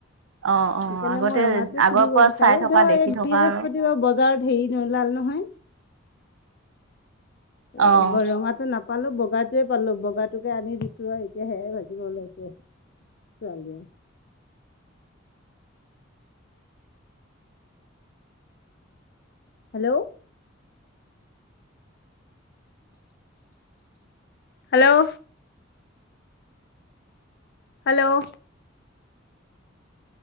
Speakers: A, on the right (about 80°); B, on the left (about 55°).
A: অ অ
B: সেইকাৰণে
A: আগতে
B: মই ৰঙাটো
A: আগৰ
B: কিনিব
A: পৰা
B: বিচাৰো
A: চাই থকা
B: ধৰ
A: দেখি
B: এই
A: থকা
B: বৃহস্পতিবাৰ
A: আৰু
B: বাৰ ভেৰি নোলাল নহয়
A: অ
B: এ বৰঙা টো নাপাই পালো বগাটোৱে পালো বগাটোকে আনি দিছো আৰু এতিয়া সেয়া ভাজিব ওলাইছে ছোৱালীয়ে hello hello hello